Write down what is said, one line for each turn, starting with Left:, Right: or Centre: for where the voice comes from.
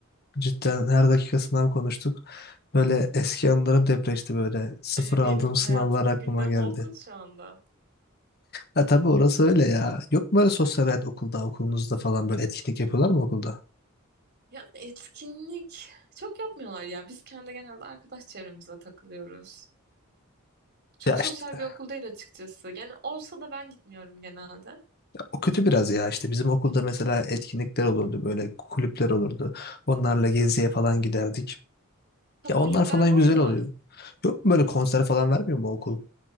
Left: Cidden her dakika sınav konuştuk. Böyle eski anılarım depreşti böyle.
Right: <laughs>
Left: Sıfır
Right: Benim
Left: aldığım
Right: hayatımın
Left: sınavlar aklıma
Right: gündemi
Left: geldi.
Right: okul şu anda.
Left: Ha tabii orası öyle ya. Yok mu böyle sosyal hayat okulda, okulunuzda falan böyle etkinlik yapıyorlar mı okulda?
Right: Ya etkinlik çok yapmıyorlar ya. Biz kendi genelde arkadaş çevremize takılıyoruz. Çok
Left: Ya işte
Right: sosyal bir okul değil açıkçası. Yani olsa da ben gitmiyorum genelde.
Left: O kötü biraz ya işte bizim okulda mesela etkinlikler olurdu böyle kulüpler olurdu. Onlarla geziye falan giderdik.
Right: Ha,
Left: Ya onlar
Right: kulüpler
Left: falan
Right: var
Left: güzel
Right: da
Left: oluyor. Yok mu böyle konser falan vermiyor mu okul?